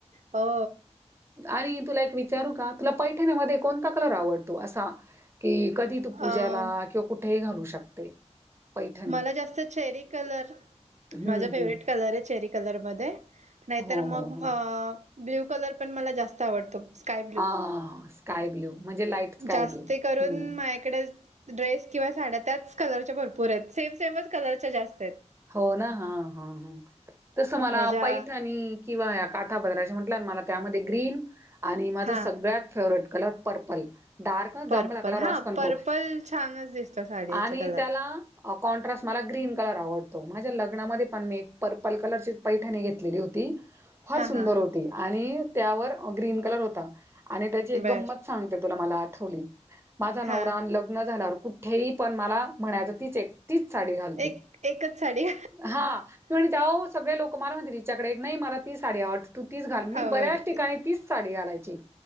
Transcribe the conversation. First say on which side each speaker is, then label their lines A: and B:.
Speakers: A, on the right (about 80°); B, on the right (about 20°).
A: हो.
B: आणि तुला एक विचारू का? तुला पैठणीमध्ये कोणता कलर आवडतो असा? कि कधी तू
A: अ
B: पूजाला किंवा कुठेही घालू शकते. पैठणी?
A: मला जास्त चेरी कलर.
B: हं,
A: माझा फेवरेट
B: हं.
A: कलर आहे चेरी कलर मध्ये. नाहीतर
B: हो,
A: मग
B: हो, हो.
A: अ ब्ल्यू कलर पण मला जास्त आवडतो. Sky blue.
B: हां, स्काय ब्लू म्हणजे लाईट स्काय
A: जास्ती
B: ब्लू.
A: करून
B: हं.
A: माझ्याकडे ड्रेस किंवा साड्या त्याच कलरच्या भरपूर आहेत. सेम सेमच कलरच्या जास्त आहेत.
B: हो ना. हा हा ह. तसं
A: अ,
B: मला
A: माझ्या
B: पैठणी, किंवा या काठा पद्रा म्हटल्या मला त्यामध्ये ग्रीन आणि माझ
A: हां
B: सगळ्यात फेवर्हेट कलर पर्पल. डार्क
A: पर्पल
B: जांभळा कलर
A: हां
B: असताना
A: पर्पल
B: तो.
A: छानच दिसतो साडीचा
B: आणि
A: कलर
B: त्याला कॉन्ट्रास्टला ग्रीन कलर आवडतो. माझ्या लग्नामध्ये पण मी एक पर्पल कलरची पैठणी घेतलेली होती. फार
A: हां
B: सुंदर
A: हां
B: होती. आणि त्यावर ग्रीन कलर होता. आणि त्याची एक
A: बर
B: गंमत सांगते तुला मला आठवली. माझा नवरा
A: हां
B: झाल्यावर कुठेही पण मला म्हणायचं तीच एक तीच साडी घाल तू.
A: एक एकच साडी.
B: हा. क त्या सगळे लोक मला त्याकडे नाही मला ती साडी आवड तू ती घाल मी
A: आवडते
B: बऱ्याच ठिकाणी तीच साडी घालायची.